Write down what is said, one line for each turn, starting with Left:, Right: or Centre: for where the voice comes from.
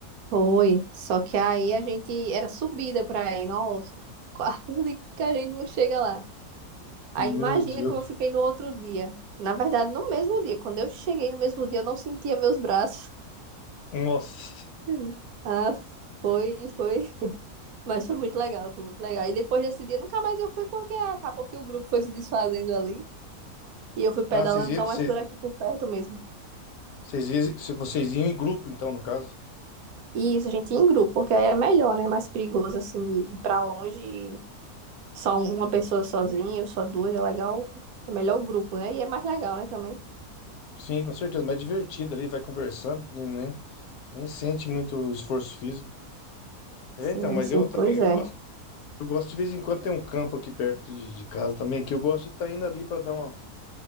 Right: Foi. Só que aí a gente era subida pra ir. Nossa, <laughs> quase que a gente não chega lá. Aí
Left: Meu
Right: imagina
Left: Deus.
Right: como eu fiquei no outro dia. Na verdade, no mesmo dia. Quando eu cheguei no mesmo dia, eu não sentia meus braços.
Left: Nossa.
Right: <laughs> Ah, foi, foi. Mas foi muito legal, foi muito legal. E depois desse dia, nunca mais eu fui porque acabou que o grupo foi se desfazendo ali. E eu fui pedalando
Left: Ah, vocês iam,
Right: só
Left: vocês,
Right: mais por aqui por perto mesmo.
Left: vocês iam vocês iam em grupo, então, no caso.
Right: E isso, gente, em grupo, porque aí é melhor, né? É Mais perigoso, assim, ir pra longe, só um, uma pessoa sozinha, ou só duas, é legal. É melhor o grupo, né? E é mais legal, né, também.
Left: Sim, com certeza, mais divertido ali, vai conversando, né? né? Nem sente muito esforço físico. É,
Right: Sim,
Left: então, mas
Right: sim,
Left: eu
Right: pois
Left: também eu
Right: é.
Left: gosto, eu gosto de vez em quando tem um campo aqui perto de, de casa também, que eu gosto de estar indo ali para dar uma,